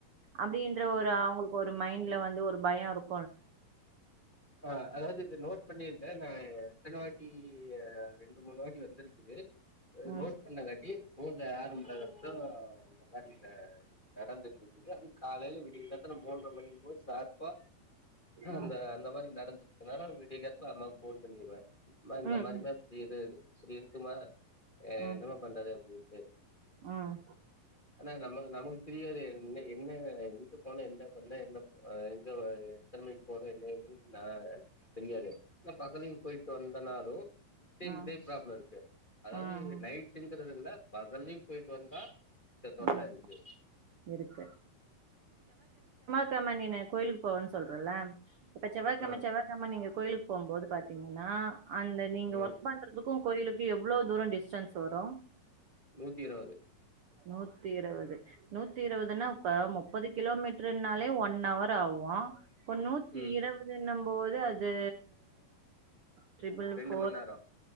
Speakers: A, on the right; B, on the left.
A: அப்டீன்ற ஒரு அவுங்களுக்கு ஒரு மைண்ட்ல வந்து ஒரு பய இருக்கு
B: ஆ அதாவது இது நோட் பண்ணிருக்கேன் எத்தன வாட்டி ரெண்டு மூனு வாட்டி வந்திருக்குது
A: ம்
B: நோட் பண்ணா காட்டி வீட்ல ஆறும் இல்லாதப்ப இந்த மாதிரில நடந்துட்டு இருக்குது அதுங் காலேல விடியக்காத்தால மூன்ற மணிக்கு போய் சார்பா அ
A: ம்
B: அந்த அந்த மாதிரி நடந்த விடியகாத்தால அண்ணாவுக்கு ஃபோன் பண்ணிருவே ப்ம
A: ம்
B: இந்த மாரிமா எப்பிடி இத இது இப்பிடி இருக்குமா ஏ
A: ம்
B: என்னமா பண்றது அப்பிடின்னு செ
A: ம்
B: ட்ட நமக்கு தெரியாது என்ன என்ன எங்க போன என்ன பண்ண என்ன ப எங்க அ திறமைக்கு போன என்ன இது நா தெரியாது என்ன பக்கல போயிட்டு வந்தனா ஹலோ சேம்
A: ம்
B: இதே ப்ராப்ள இருக்கு அதாவது
A: ம் ம்
B: நைட்டுங்கிறது விட பதல்லயு போயிட்டு வந்தா இந்த தொல்ல
A: ம்
B: இருக்கு
A: இருக்கு க்கெழம நீனு கோயிலுக்கு போவன்னு சொல்றல்ல இப்ப செவ்வாகெம
B: ஆ
A: செவ்வாகெம நீங்க கோயிலுக்கு போம்போது பாத்தீங்கன்னா அந்த நீங்க
B: ம்
A: ஒர்க் அன்ட்ரதுக்கு கோயிலுக்கு எவ்வளோ தூரோ டிஸ்டன்ஸ் வரு
B: நூத்தி இருவது
A: நூத்தி இருவது நூத்தி இருவதுன்னா இப்ப முப்பது கிலோமீட்டருனாலே ஒன் அவர்ராவு இப்ப நூத்தி
B: ம்
A: இருவது நா போது அது ட்ரிபுல்
B: ரெண்டு
A: ஃபோர்
B: மண் நேரோ